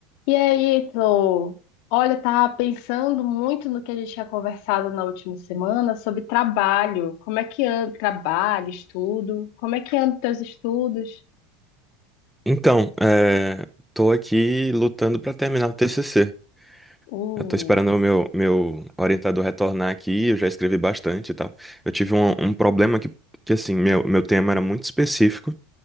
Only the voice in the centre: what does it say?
Então, é, tô aqui lutando para terminar o TCC.
Eu tô esperando o meu, meu orientador retornar aqui, eu já escrevi bastante e tal. Eu tive um, um problema que, que assim, meu, meu tema era muito específico